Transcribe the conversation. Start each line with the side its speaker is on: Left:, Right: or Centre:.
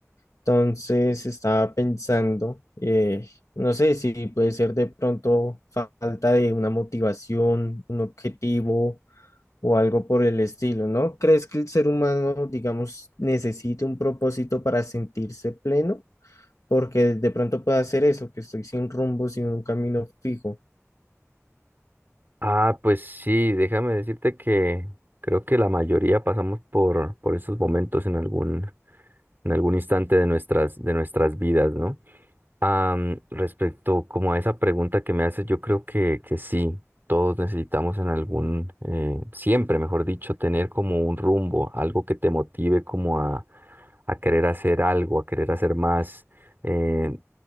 Left: Entonces estaba pensando, eh, no sé si puede ser de pronto falta de una motivación, un objetivo o algo por el estilo, ¿no? ¿Crees que el ser humano, digamos, necesite un propósito para sentirse pleno? Porque de pronto puede hacer eso, que estoy sin rumbo, sin un camino fijo.
Right: Ah, pues sí, déjame decirte que creo que la mayoría pasamos por, por esos momentos en algún, en algún instante de nuestras, de nuestras vidas, ¿no? Am, respecto como a esa pregunta que me haces, yo creo que, que sí, todos necesitamos en algún, eh, siempre, mejor dicho, tener como un rumbo, algo que te motive como a, a querer hacer algo, a querer hacer más. eh,